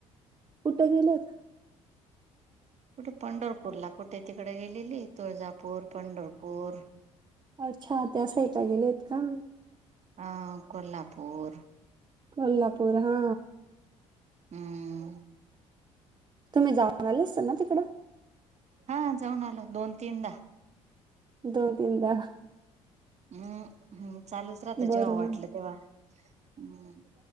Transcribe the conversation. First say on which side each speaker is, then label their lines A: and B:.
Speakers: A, on the right; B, on the right.
A: कुठे गेलेत
B: कुठे पंढरपूर ला कुठे तिकडे गेलेली तुळजापूर पंढरपूर
A: अच्छा त्या साईकाला गेलेत का
B: हह कोल्हापूर
A: कोल्हापूर हा
B: हम्म
A: तुम्ही जाऊन आले असता ना तिकडं
B: हा जाऊन आलो दोन तीनदा
A: दोन तीनदा
B: हम्म हम्म चालूच राहतं
A: बरोबर
B: जेव्हा वाटलं तेव्हा हम्म